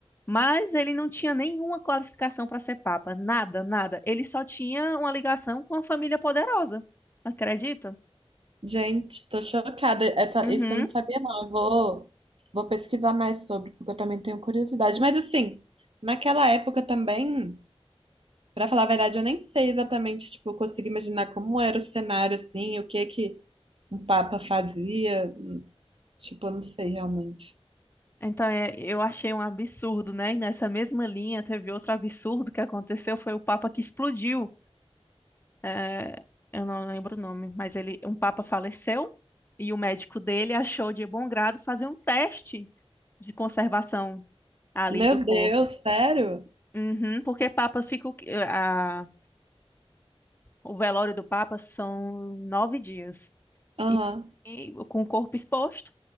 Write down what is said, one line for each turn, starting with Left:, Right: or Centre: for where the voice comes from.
Left: mas ele não tinha nenhuma qualificação para ser papa. Nada, nada. Ele só tinha uma ligação com a família poderosa. Acredita?
Right: Gente, tô chocada. Essa,
Left: Uhum.
Right: isso eu não sabia, não. Eu vou, vou pesquisar mais sobre, porque eu também tenho curiosidade. Mas assim, naquela época também, pra falar a verdade, eu nem sei exatamente, tipo, eu consigo imaginar como era o cenário, assim, o que que um papa fazia. Tipo, eu não sei realmente.
Left: Então, é, eu achei um absurdo, né? E nessa mesma linha teve outro absurdo que aconteceu, foi o Papa que explodiu. É, eu não lembro o nome, mas ele, um Papa faleceu e o médico dele achou de bom grado fazer um teste de conservação ali
Right: Meu
Left: do corpo.
Right: Deus, sério?
Left: Uhum, porque Papa fica, o que- a- o velório do Papa são nove dias
Right: Aham.
Left: e, e com o corpo exposto.